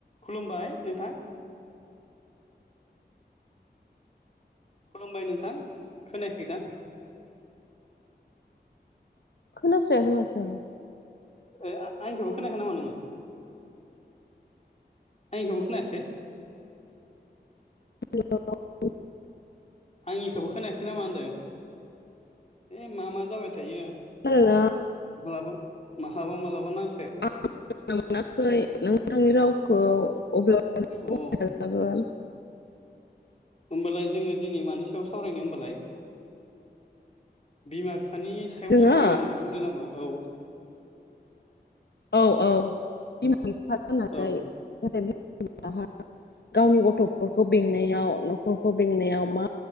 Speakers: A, on the left; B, on the left.
A: खुलुमबाय नोंथां। खुलुमबाय नोंथां खोनायाखैदां।
B: खोनास्रायाखै माथो।
A: ओ आंनिखोबो खोनाखै नामा नोङो? आंंनिखोबो खोनायासै?
B: <unintelligible>
A: आंनिखौबो खोनायासै नामा होनदों? ओ मा मा जाबाय थायो
B: खोनादोंना
A: मालाबो माहाबा मालाबा नां
B: <unintelligible> नोंथांनि रावखौ अब्लाबो
A: अ
B: <unintelligible>
A: होमबालाय जोङो दिनै मानि सायाव सावरायनो होमबालाय बिमा फि फानि सायाव
B: जोङो
A: सावरायनो होन्ना बुंदों नामा औ।
B: औ औ बिमा। बिफा होननानै
A: औ
B: <unintelligible> लाहा गावनि गथ'फोरखौ बेंनायाव न'खरखौ बेंनायाव मा